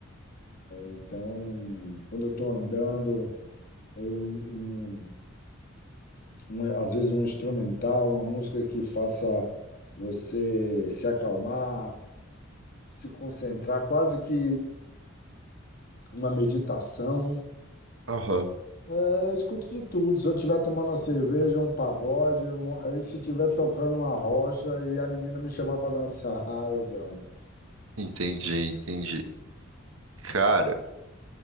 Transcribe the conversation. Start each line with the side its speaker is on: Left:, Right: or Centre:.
Left: Então, quando eu estou andando, eu- um- um- um, às vezes um instrumental, uma música que faça você se acalmar, se concentrar, quase que uma meditação.
Right: Aham.
Left: É, eu escuto de tudo. Se eu estiver tomando uma cerveja, um pagode, um- e se estiver tocando uma rocha e a menina me chamar para dançar, <laughs> eu danço.
Right: Entendi, entendi. Cara,